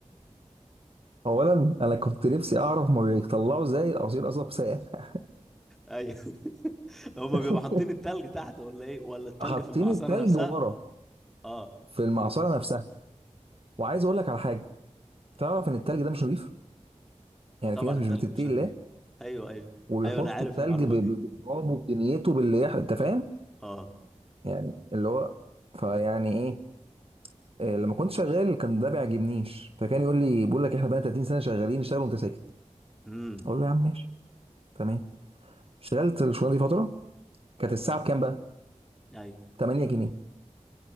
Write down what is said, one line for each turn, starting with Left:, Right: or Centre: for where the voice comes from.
Right: اولا انا كنت نفسي اعرف ما بيطلعوا زي العصير قصب ساقع
Centre: ايوه <laughs> هما
Right: <laughs>
Centre: بيبقوا حاطين التلج تحت ولا ايه ولا التلج
Right: حاطين
Centre: في المعصرة
Right: التلج
Centre: نفسها
Right: ورا
Centre: اه
Right: في المعصره نفسها وعايز اقول لك على حاجه تعرف ان التلج ده مش نظيف
Centre: ما
Right: يعني
Centre: طبعا
Right: في ناس مش
Centre: التلج
Right: بتتقي
Centre: مش نضيف
Right: الله
Centre: ايوه ايوه
Right: ويحطوا
Centre: ايوه انا عارف
Right: التلج
Centre: المعلومة
Right: ب- ب-
Centre: دي
Right: بالتراب وبدنيته باللي يح- انت فاهم
Centre: اه
Right: يعني اللي هو فيعني ايه آه، لما كنت شغال كان ده بيعجبنيش فكان يقول لي بيقول لك احنا بقى 30 سنه شغالين اشتغل وانت ساكت
Centre: امم
Right: اقول له يا عم ماشي تمام اشتغلت الشغلانه دي فتره كانت الساعه بكام بقى
Centre: ايوه
Right: 8 جنيه